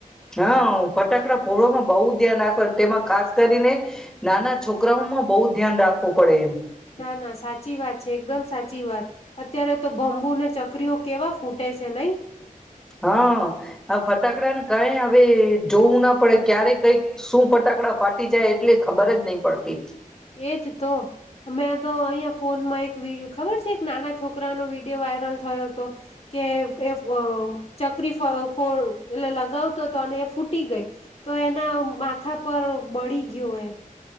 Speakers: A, in the centre; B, on the left.
A: હા ફટાકડા ફોડવામાં બહુ ધ્યાન રાખવા તેમાં ખાસ કરીને નાના છોકરાઓમાં બહુ ધ્યાન રાખવું પડે એમ
B: ના-ના સાચી વાત છે એકદમ સાચી વાત અત્યારે તો બમ્બુને ચકરીઓ કેવા ફૂટે છે નહી.
A: હા ફટાકડા ને કઈ હવે જોવું ના પડે ક્યારે કઈક શું ફટાકડા ફાટી જાય એટલે ખબર જ નહી પડતી.
B: એજ તો અમે તો અહીયા ફોનમાં એક વી ખબર છે એક નાના છોકરાનો વિડિયો વાયરલ થયો હતો. કે એ ફો ચકરી ફ ફો એટલે લગાવતો હતો અને એ ફૂટી ગઈ. તો એના માથા પર બળી ગીયું એને